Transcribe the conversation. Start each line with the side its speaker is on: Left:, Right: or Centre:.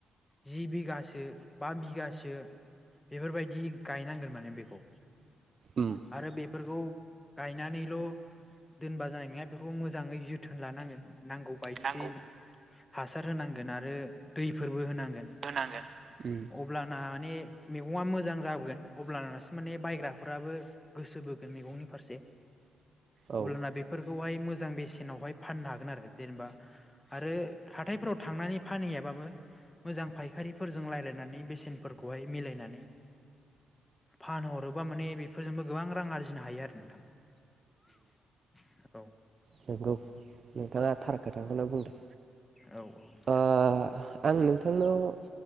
Left: जि बिगासो बा बिगासो बेफोरबायदि गायनांगोन माने बेखौ
Right: उम
Left: आरो बे फोरखौ गायनानैल' दोनबा जानाय नङा बेफोरखौ मोजाङै जोथोन लानांगोन नांगौ बायदि
Right: नांगौ
Left: हासार होनांगोन आरो दैफोरबो होनांगोन
Right: होनांगोन उम
Left: अब्लाना माने मेगङा मोजां जाबोगोन अब्लानासो माने बायग्राफोराबो गोसो बोगोन मेगंनि फारसे
Right: औ
Left: अब्लाना बेफोरखौहाय मोज जां बेसेनावहाय फाननो हागोन आरो जेनेबा आरो हाथायफोराव थांनानै फानहैयाबाबो मोजां फायखारिफोरजों रायलायनानै बेसेनफोरखौहाय मिलायनानै फानहरोबा माने बेफोरजोंबो गोबां रां आरजिनो हायो आरो नोंथां। <inaudible>
Right: नोंगौ नोंथाङा थारखौ नो बुंदों
Left: औ औ नोंथां
Right: अ आं नोंथांनो खौ